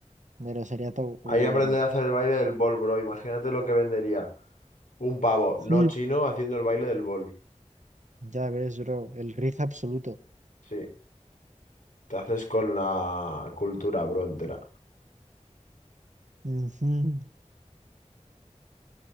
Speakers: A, on the right; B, on the left.
A: Pero sería todo
B: Ahí
A: bueno.
B: aprender a hacer el baile del bol, bro. Imagínate lo que vendería un pavo
A: Sí.
B: no chino haciendo el baile del bol.
A: Ya ves, bro, el riz absoluto.
B: Sí. Te haces con la cultura, bro, entera.
A: Ujú,